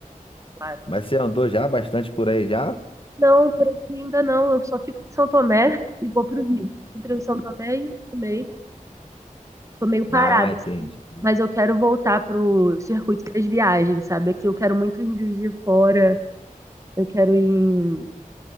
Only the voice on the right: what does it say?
lá.
Não, por aqui ainda não. Eu só fico em São Tomé e vou pro Rio. Entre o São Tomé e o Tomé. Tô meio parada,
assim, mas eu quero voltar pro circuito das viagens, sabe? Aqui eu quero muito ir em Juiz de Fora, eu quero ir em